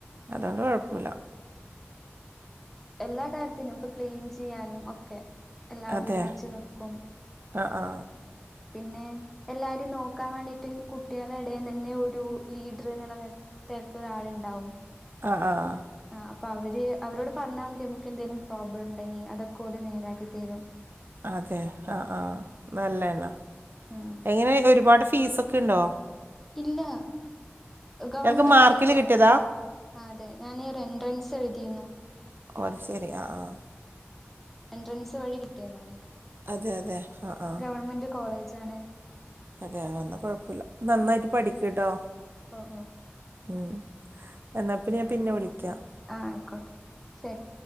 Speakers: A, on the right; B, in the centre.
A: അതൊണ്ട് കെഴപ്പൂലാ
B: എല്ലാ കാര്യത്തിനും ഇപ്പൊ ക്ലീൻ ചെയ്യാനും ഒക്കെ എല്ലാവരും
A: അതെ
B: ഒരുമിച്ച് നിക്കും
A: ആ ആ
B: പിന്നെ എല്ലാരെ നോക്കാൻ വേണ്ടിട്ട് കുട്ട്യേളെ എടെന്ന് തന്നെ ഒരു ലീഡ്ർ എന്നുള്ള നല ത്തേക്കൊരാളുണ്ടാവും
A: ആ ആഹ്
B: ആ അപ്പൊ അവര് അവരോട് പറഞ്ഞാമതി നമുക്ക് എന്തെങ്കിലും പ്രോബ്ളം ഇണ്ടെങ്കിൽ അതൊക്കൊല് നേരാക്കിത്തരും
A: അതെ ആഹ് ആഹ് നല്ലയെന്നാ
B: ആഹ്
A: എങ്ങനെ ഒരുപാട് ഫീസൊക്കെ ഇണ്ടോ
B: ഇല്ലാ ഗവൺമെന്റ്
A: ഇയാൾക്ക് മാർക്കിൽ
B: കോളേജാണ്
A: കിട്ടിയതാ
B: ആ അതെ ഞാൻ ഒരു എൻട്രൻസ് എഴുതിര്ന്നു
A: ഓഹ് അത് ശരി ആഹ് ആഹ്
B: എൻട്രൻസ് വഴി കിട്ടിയതാണ്
A: അതെ അതെ ആ ആ
B: ഗവൺമെന്റ് കോളേജാണ്
A: അതെ എന്ന കൊഴപ്പുല്ല നന്നായിട്ട് പഠിക്ക് കേട്ടോ
B: ഓ ഓ
A: ഉം എന്നാപ്പിന്നെ ഞാൻ പിന്നെ വിളിക്കാം
B: ആഹ് ആയിക്കോട്ടെ ശെരി